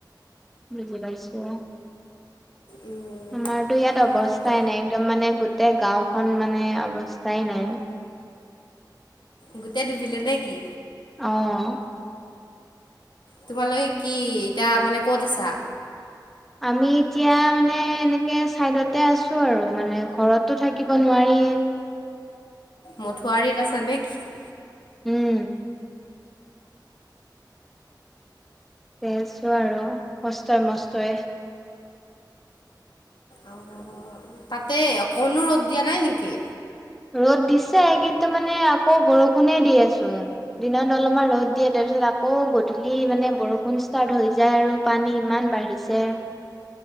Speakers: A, in the centre; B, on the left.
A: বুজি পাইছো।
B: উম,
A: আমাৰতো ইয়াত অৱস্থাই
B: মানে ক
A: নাই একদম মানে গোটেই গাওঁখন মানে অৱস্থাই নাই।
B: গোটেই ডুবিলে নে কি?
A: অঁ।
B: তোমালোকে কি এতিয়া মানে ক'ত আছা?
A: আমি এতিয়া মানে এনেকে চাইডতে আছো আৰু মানে ঘৰতো থাকিব নোৱাৰি। য়ে।
B: মাথাউৰিত আছা নে কি?
A: উম। আছো আৰু কষ্টই মস্তই।
B: অ তাতে অকনো ৰ'দ দিয়া নাই নেকি?
A: ৰ'দ দিছে কিন্তু মানে আকৌ বৰষুণে দিয়েচোন, দিনত অলপমান ৰ'দ দিয়ে তাৰপিছত তাৰপিছত আকৌ গধূলি মানে বৰষুণ ষ্টাৰ্ট হৈ যায় আৰু পানী ইমান বাঢ়িছে।